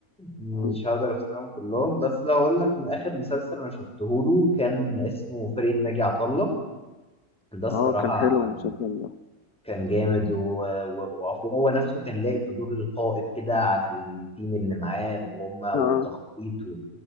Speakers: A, in the centre; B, on the left.
A: مش
B: أمم،
A: هقدر افتكرهم كلهم بس لو اقول لك من اخر مسلسل انا شفته له كان اسمه فرقه ناجي عطا الله ده الصراحه
B: اه كان
A: عجبني
B: حلو المسلسل ده
A: كان جامد و- و- وعفو هو نفسه كان لاقي في دور القائد كده على التيم اللي معاه وهم والتخطيط
B: اه
A: و-